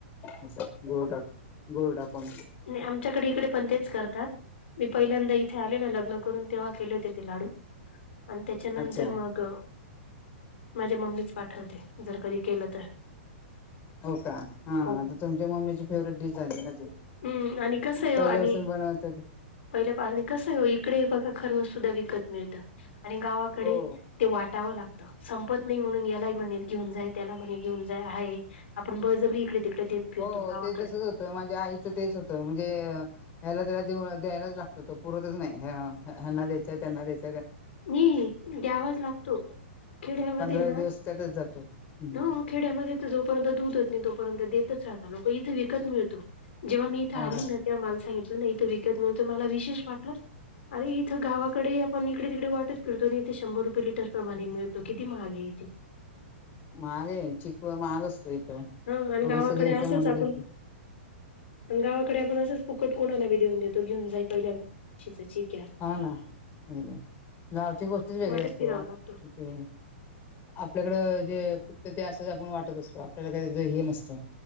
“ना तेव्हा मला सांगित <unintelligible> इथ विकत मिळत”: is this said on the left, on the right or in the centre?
Left